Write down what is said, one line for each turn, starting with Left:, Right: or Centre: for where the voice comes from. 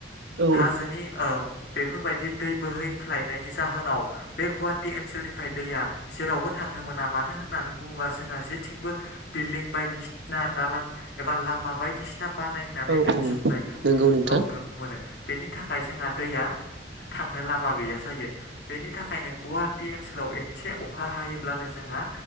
Right: औ
Left: हाजोनि औ। बेफोरबायदि दै बोहैख्लायनायनि जाहोनाव बे गुवाहाटि ओनसोलनिफ्राय दैया जेरावबो था थांनो मोना मानो होननानै बुङोबा जोंहा जेथिंबो बिलडिं बायदिसिना दालां एबा लामाफ बायदिसिना बानायनानै
Right: औ
Left: दोनजोबनायखौ
Right: औ नंगौ नोंथां
Left: औ नुनो मोनो। बेनि थाखाय जोंहा दैया थांनो लामा गैया जायो बेनि थाखायनो गुवाहाटि ओनसोलाव एथसे अखा हायोब्लानो जोंहा